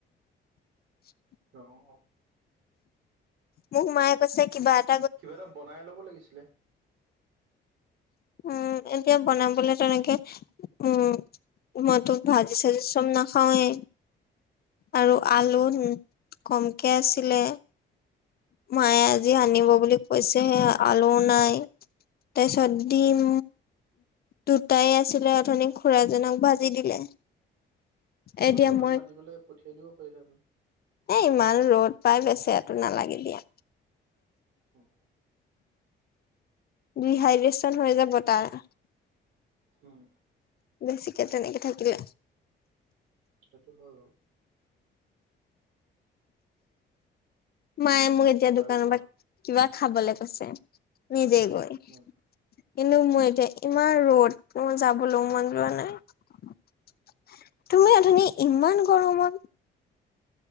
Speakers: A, on the left; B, on the right.
A: <inaudible>
B: তেওঁলোকক
A: মোক মায়ে কৈছে কিবা এট
B: কিবা এটা বনাই ল'ব লাগিছিলে?
A: উম, এতিয়া বনাবলে তেনেকে, উম মইটো ভাজি -চাজি চব নাখাওঁৱে। আৰু আলু কমকে আছিলে। মায়ে আজি আনিব বুলি কৈছেহে। আলু নাই তাৰপিছত ডিম দুটাই আছিলে অথনি খুড়াজনক ভাজি দিলে। এতিয়া
B: গুণগুণক
A: মই
B: মাতি পেলাই, পঠিয়াই দিব পাৰিলোহেঁতেন।
A: এ ইমান ৰ'দ পাই, বেচেৰাটো নালাগে দিয়া।
B: উম
A: ডিহাইড্ৰেচন হৈ যাব তাৰ।
B: উম
A: বেছিকে তেনেকে থাকিলে।
B: সেইটো হয় বাৰু।
A: মায়ে মোক এতিয়া দোকানৰপা
B: আৰু কোৱা
A: কিবা খাবলে কৈছে, নিজেই গৈ। কিন্তু
B: উম
A: মোৰ এতিয়া ইমান ৰ'দ, মোৰ যাবলো মন যোৱা নাই। তুমি অথনি ইমান গৰমত